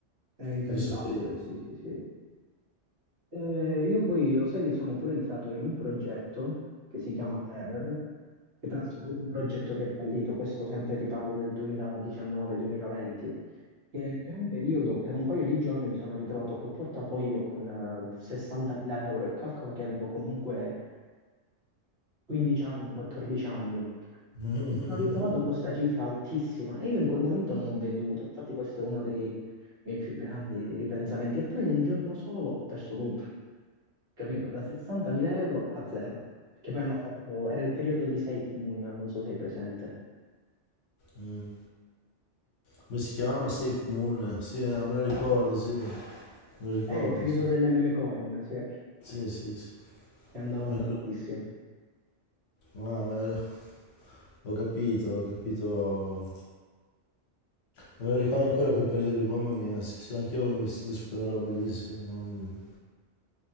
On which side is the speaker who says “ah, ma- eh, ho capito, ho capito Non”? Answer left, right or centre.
Left